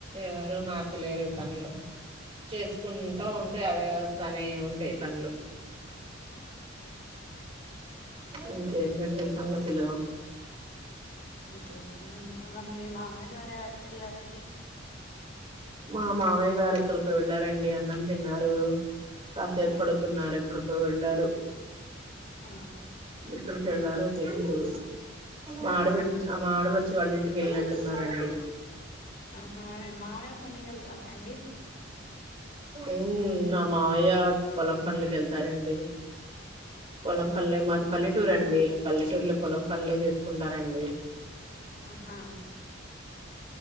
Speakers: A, on the right (about 30°); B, on the left (about 55°).
A: ఎవరు మార్చలేరు ఈ పనులు చేసుకుంటూ ఉంటాయి అవ్యవస్థ అనే ఉంటాయి పనులు ఇంకేంటండి సంగతులు
B: ఇకే మమ్మీ మావ గర ఆడు గల రండి
A: మా మావయ్య గారు ఎక్కడికో వెళ్ళారండి. అన్నం తిన్నారు. కాసేపు
B: ఆ
A: పడుకున్నారు ఎక్కడికో వెళ్ళారు
B: ఆ
A: ఎక్కడికి వెళ్ళారో తెలిదు మా ఆడబడి
B: ఆహా
A: మా ఆడబడచు వాళ్ళు ఇంటికి వెళ్ళినట్టున్నారండి.
B: ఆ మీ మావయ్య పనీకి వెళ్తారా అండి
A: ఉమ్ నా మావయ్య పొలం పనులకి వెళ్తారండి పొలం
B: ఆహా
A: పనులే మాది పల్లెటూరు అండి పల్లెటూరులో పొలం పనులే చేసుకుంటారండి.
B: ఆహా